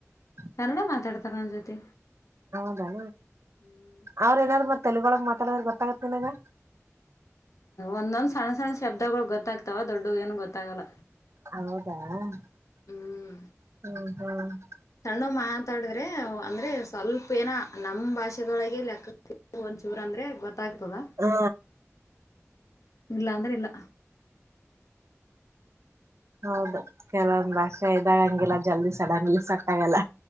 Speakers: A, on the right (about 60°); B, on the left (about 85°).
A: <unintelligible>
B: ಕನ್ನಡ ಮಾತಾಡ್ತಾರ ನನ್ ಜೊತೆ
A: ಹೌದಣ
B: ಹ್ಮ್
A: ಅವ್ರ ಏನಾದಾರು ಮತ್ ತೆಲುಗುವಳಗ ಮಾತಾಡದರ ಗೊತ್ತಾಗತ್ತ ನಿನಗ
B: ಒಂದೊಂದ್ ಸಣ್ಣ ಸಣ್ಣ ಶಬ್ದಗಳು ಗೊತ್ತಾಗ್ತಾವ ದೊಡ್ಡ ಏನು ಗೊತ್ತಾಗಲ್ಲ
A: ಹೌದಾ ಹ್ಮ
B: ಹ್ಮ್
A: ಹ್ಮ್
B: ನಾವು ಮಾತಾಡಿದ್ರೆ ಅಂದ್ರೆ ಸ್ವಲ್ಪ ಏನ ನಮ್ ಭಾಷೆದೊಳಗೆ ಲೆಕ್ಕ ಒಂದಚೂರ್ ಅಂದ್ರೆ ಗೊತ್ತಾಗ
A: ಹಾ
B: ಇಲ್ಲ ಅಂದ್ರೆ ಇಲ್ಲ
A: ಹೌದ ಕೆಲವೊಂದು ಭಾಷೆ ಇದ್ದಾಗ ಹಂಗಗೆಲ್ಲ ಜಲ್ದಿ ಸಡನ್ ಸಟ್ಟಾಗಲ್ಲ